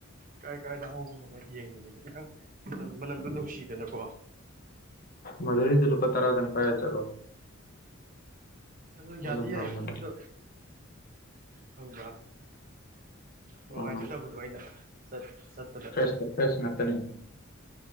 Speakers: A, on the right; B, on the left.
A: ꯀꯥꯏ ꯀꯥꯏꯗ ꯍꯧꯕꯅꯣ ꯌꯦꯡꯉꯤꯅꯤꯅꯦ ꯈꯤꯇꯪ ꯃꯅꯝ-ꯃꯅꯝꯗꯣ ꯅꯨꯡꯁꯤꯗꯅꯀꯣ
B: ꯝꯗꯨꯨꯔꯤꯗ ꯂꯄꯥ ꯇꯔꯥꯗꯪ ꯄꯥꯏꯔ ꯆꯠꯂꯣ
A: ꯑꯗꯨ ꯌꯥꯗꯤ
B: ꯑꯗꯨꯝ
A: ꯌꯥꯏ
B: ꯐꯪꯕꯅꯤ
A: ꯑꯗꯨ ꯐꯪꯕ꯭ꯔꯥ ꯅꯨꯡꯉꯥꯏꯖꯗꯕꯗꯣ
B: ꯐꯣꯟ
A: ꯑꯩꯅ ꯆꯠ ꯆꯠ
B: ꯐ꯭ꯔꯦꯁꯇꯤ ꯐ꯭ꯔꯦꯁ ꯉꯥꯠꯇꯅꯤ